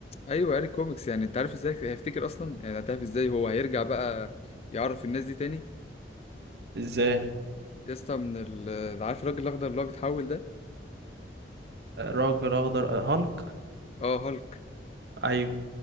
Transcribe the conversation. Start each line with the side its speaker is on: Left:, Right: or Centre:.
Left: ايوه قاري كوميكس يعني انت عارف ازاي هيفتكر اصلا يعني هتعرف ازاي هو هيرجع بقى يعرف الناس دي تاني
Right: ازاي
Left: يا اسطى من ال... عارف الراجل الاخضر اللي هو بيتحول ده
Right: راجل اخضر هالك
Left: اه هالك
Right: ايوه